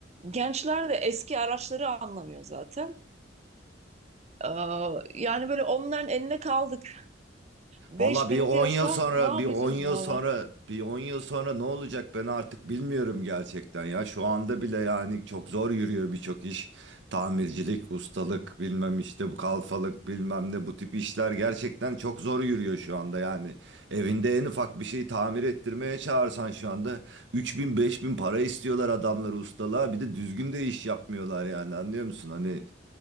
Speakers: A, on the right; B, on the right.
A: Gençler de eski araçları anlamıyor zaten. Aa, yani böyle onların eline kaldık. Beş
B: Valla bir
A: bin
B: 10
A: diyorsa
B: yıl sonra,
A: ne yapacağım
B: bir 10 yıl
A: valla.
B: sonra, bir 10 yıl sonra ne olacak ben artık bilmiyorum gerçekten ya. Şu anda bile yani çok zor yürüyor birçok iş. Tamircilik, ustalık, bilmem işte bu kalfalık, bilmem ne bu tip işler gerçekten çok zor yürüyor şu anda yani. Evinde en ufak bir şeyi tamir ettirmeye çağırsan şu anda 3000 bin beş bin para istiyorlar adamlar ustalığa. Bir de düzgün de iş yapmıyorlar yani anlıyor musun? Hani